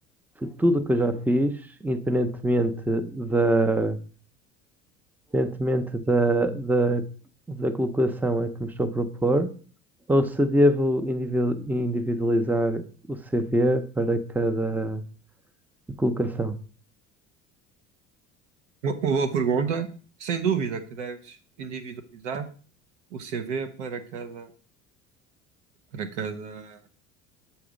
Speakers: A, in the centre; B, on the right.
A: de tudo o que eu já fiz, independentemente da, independentemente da, da, da colocação a que me estou a propor, ou se devo individu- individualizar o CV para cada colocação.
B: Uma uma boa pergunta. Sem dúvida que deves individualizar o CV para cada, para cada